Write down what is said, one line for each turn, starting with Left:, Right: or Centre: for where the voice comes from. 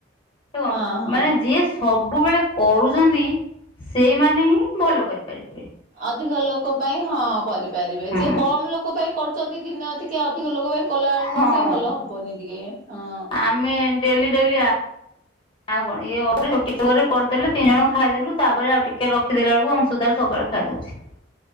Left: ସେ କଣ
Right: ହଁ ହଁ।
Left: ମାନେ ଯିଏ ସବୁବେଳେ କରୁଛନ୍ତି ସେଇମାନେ ହିଁ ଭଲ କରିପାରିବେ।
Right: ଅଧିକ ଲୋକ ପାଇଁ ହଁ କରିପାରିବେ।
Left: ହଁ
Right: ଯିଏ କମ ଲୋକ ପାଇଁ କରୁଚନ୍ତି ଦିନେ ଅଧିକା ଅଧିକ ଲୋକ ପାଇଁ କଲା ବେଳକୁ
Left: ହଁ
Right: ସିଏ ଭଲ ହବନି ଟିକେ ହଁ।
Left: ଆମେ ଡେଲି ଡେଲି ଆ ଆଉ କଣ ଇଏ ଅଧେ ଗୋଟେ ଥରେ କରିଦେଲେ ତିନି ଜଣ ଖାଇଦେଲୁ ତାପରେ ଆଉ ଟିକେ ରଖିଦେଲା ବେଳକୁ ଅଂଶୁ ତାର ସକାଳେ ଖାଇଦଉଛି।